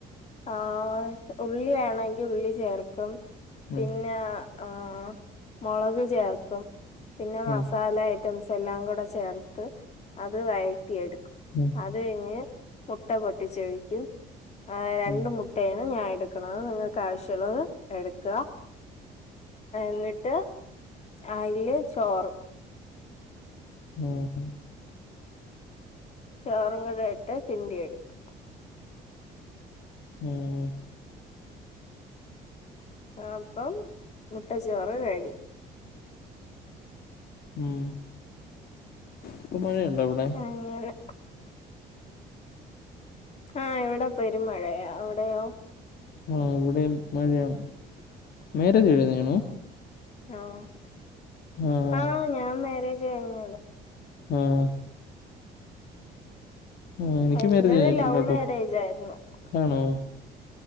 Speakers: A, on the left; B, on the left.
A: ആഹ് ഉള്ളി വേണമെങ്കിൽ ഉള്ളി ചേർക്കും
B: ഉം
A: പിന്നെ ആഹ് മുളക് ചേർക്കും പിന്നെ മസാല
B: ഉം
A: ഐറ്റംസ് എല്ലാം കൂടെ ചേർത്ത് അത് വയറ്റി എടുക്കും
B: ഉം
A: അത് കഴിഞ്ഞ് മുട്ട പൊട്ടിചൊയിക്കും രണ്ട്
B: ഉം
A: മുട്ടേ ആണു ഞാൻ എടുകുണത് നിങ്ങൾക്ക് ആവിശ്യം ഉള്ളത് എടുക്കാ ന്നിട്ട് ആയില് ചോറ്
B: ഉം ഹ്
A: ചോറ് കറിയായിട്ട് കിണ്ടി എടുക്കും
B: ഉം
A: ആ അപ്പൊ മുട്ട ചോറ് റെഡി
B: ഉം ഇപ്പൊ മഴയുണ്ടോ അവിടെ
A: അങ്ങനെ ആഹ് ഇവിടാ പെരും മഴയാ അവിടെയോ
B: അഹ് ഇവിടെ മഴ ആണു മേരേജ് കയിഞ്ഞിക്ണോ
A: ആഹ്
B: ആഹ്
A: ആഹാ ഞാൻ മാരേജ് കഴിഞ്ഞു
B: ആഹ് ആ എനിക്ക്
A: എന്റേത്
B: മേരജ് കഴഞ്ഞിട്ടില്ലട്ടോ
A: ലവ് മാരേജ് ആയിരുന്നു
B: ആണോ